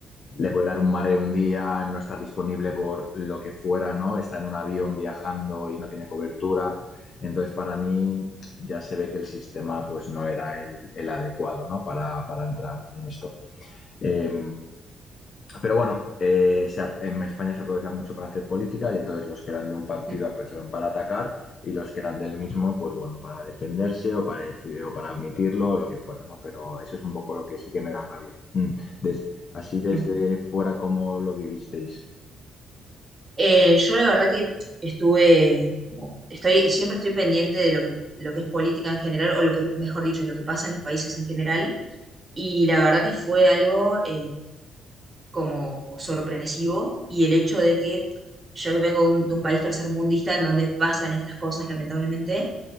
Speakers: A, on the left; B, on the right.
A: le puede dar un mareo un día, no estar disponible por lo que fuera, ¿no? Está en un avión viajando y no tiene cobertura. Entonces, para mí ya se ve que el sistema pues no era el, el adecuado, ¿no? Para, para entrar en esto. Eh, pero bueno, eh, se ha- en España se aprovechaba mucho para hacer política y entonces los que eran de un partido
B: mm,
A: aprovecharon para atacar y los que eran del mismo, pues bueno, para defenderse o para decir- o para admitirlo o lo que fuera, ¿no? Pero eso es un poco lo que sí que me da rabia. Mm. Des- así desde
B: mm.
A: fuera, ¿cómo lo vivisteis?
B: Eh, yo la verdad que estuve, como- estoy, siempre estoy pendiente de lo que, lo que es política en general, o lo que, mejor dicho, lo que pasa en los países en general, y la verdad que fue algo, eh, como sorpresivo y el hecho de que yo que vengo de un, de un país tercermundista en donde pasan estas cosas, lamentablemente,